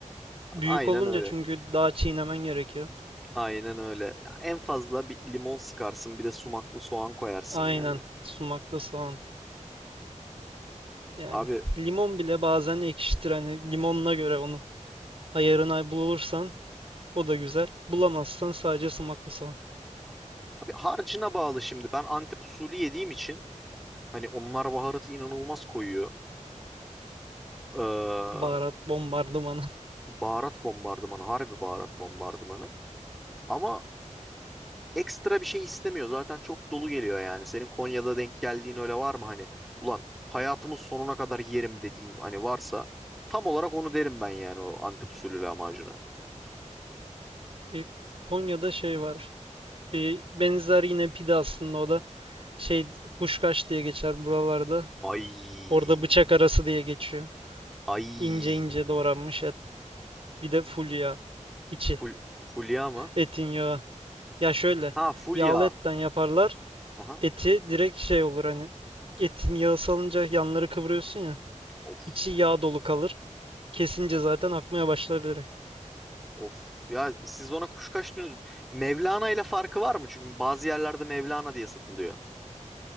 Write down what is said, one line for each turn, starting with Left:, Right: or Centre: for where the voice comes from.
Right: Büyük
Centre: Aynen
Right: olunca
Centre: öyle.
Right: çünkü daha çiğnemen gerekiyor.
Centre: Aynen öyle. Ya En fazla bir limon sıkarsın, bir de sumaklı soğan koyarsın
Right: Aynen.
Centre: yani.
Right: Sumaklı soğan. Yani
Centre: Abi,
Right: limon bile bazen ekşitir. Hani limonuna göre onu ayarına bulursan o da güzel. Bulamazsan sadece sumaklı soğan.
Centre: abi harcına bağlı şimdi. Ben Antep usulü yediğim için hani onlar baharatı inanılmaz koyuyor. Ee,
Right: Baharat bombardımanı. <laughs>
Centre: Baharat bombardımanı, harbi baharat bombardımanı. Ama ekstra bir şey istemiyor. Zaten çok dolu geliyor yani. Senin Konya'da denk geldiğin öyle var mı hani? Ulan hayatımın sonuna kadar yerim dediğin hani varsa tam olarak onu derim ben yani o Antep usulü lahmacuna.
Right: E, Konya'da şey var. Bir benzer yine pide aslında o da. Şey kuşkaş diye geçer buralarda.
Centre: Ay.
Right: Orada bıçak arası diye geçiyor.
Centre: Ay.
Right: İnce ince doğranmış et. Bir de full yağ. içi.
Centre: Ful, fulya mı?
Right: Etin yağı. Ya şöyle.
Centre: Ha fulya.
Right: Yağlı etten yaparlar.
Centre: Aha.
Right: eti direkt şey olur hani etin yağı salınca yanları kıvırıyorsun ya
Centre: Of
Right: içi yağ dolu kalır. Kesince zaten akmaya başlar direkt.
Centre: of. Ya siz ona kuşkaş diyorsunuz. Mevlana ile farkı var mı? Çünkü bazı yerlerde Mevlana diye satılıyor.